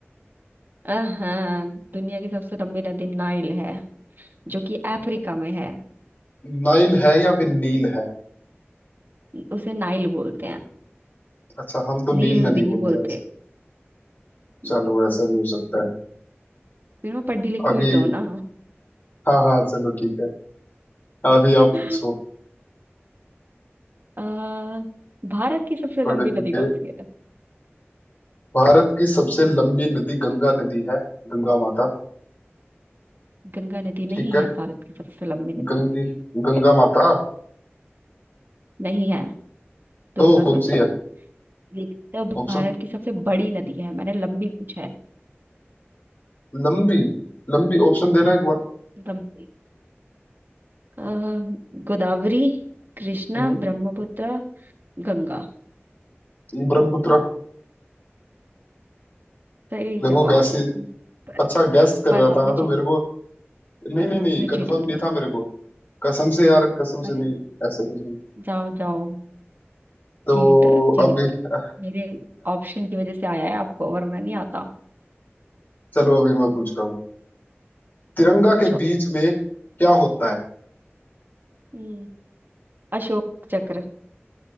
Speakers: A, on the right; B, on the left.
A: हाँ दुनिया की सबसे लंबी नदी नाइल है जो कि अफ्रीका में है
B: नाइल है या फिर नील है
A: उसे नाइल बोलते हैं
B: अच्छा हम तो
A: नील
B: नील नदी
A: नदी नहीं
B: बोलते
A: बोलते
B: हैं ऐसे
A: हम्म,
B: चलो ऐसा भी हो सकता है
A: फिर मैं पढ़ी लिखी
B: अभी
A: हुई तो हूँ ना
B: हाँ हाँ चलो ठीक है अभी आप
A: <laughs>
B: पूछो
A: अ, भारत की सबसे
B: पढ़े
A: लंबी
B: लिखे
A: नदी कौन सी है
B: भारत की सबसे लंबी नदी गंगा नदी है गंगा माता
A: गंगा नदी नहीं
B: ठीक है
A: है भारत की सबसे लंबी नदी
B: गंगी गंगा माता
A: नहीं है दूसरा
B: तो कौन
A: सोचो
B: सी है
A: ये तो भारत
B: ऑप्शन
A: की सबसे बड़ी नदी है मैंने लंबी पूछा है
B: लंबी लंबी ऑप्शन देना एक बार
A: लंबी अ, गोदावरी कृष्णा
B: हम्म
A: ब्रह्मपुत्र गंगा
B: हम्म ब्रह्मपुत्र
A: सही
B: देखो
A: जवाब
B: गैस
A: पर
B: अच्छा गैस कर
A: पर
B: रहा
A: आपने
B: था मैं
A: चीटिंग
B: तो मेरे को नहीं
A: पर
B: नहीं
A: आपने
B: नहीं कंफर्म
A: चीटिंग की
B: नहीं था मेरे को कसम से यार कसम
A: अरे
B: से नहीं ऐसा कुछ नहीं
A: जाओ जाओ
B: तो
A: चीटर चीटर
B: अभी <laughs>
A: मेरे ऑप्शन की वजह से आया है आपको वरना नहीं आता
B: चलो अभी मैं पूछ रहा हूँ तिरंगा
A: पूछो
B: के बीच में क्या होता है
A: हम्म, अशोक चक्र